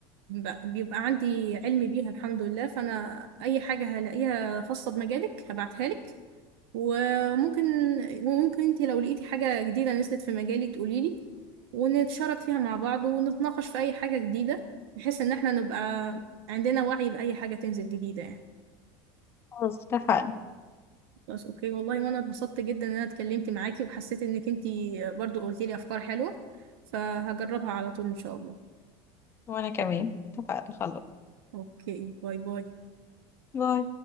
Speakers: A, on the right (about 75°); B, on the left (about 20°).
A: ب- بيبقى عندي علم بيها الحمد لله فانا اي حاجه هلاقيها خاصه بمجالك هبعتها لك وممكن وممكن انت لو لقيتي حاجه جديده نزلت في مجالي تقولي لي ونتشارك فيها مع بعض ونتناقش في اي حاجه جديده بحيث ان احنا نبقى عندنا وعي باي حاجه تنزل جديده يعني
B: خلاص اتفقنا
A: بس اوكي والله وانا اتبسطت جدا ان انا اتكلمت معاكي وحسيت انك انت برضو قلتي لي افكار حلوه فهجربها على طول ان شاء الله
B: وأنا كمان اتفقنا خلاص
A: اوكي باي باي
B: باي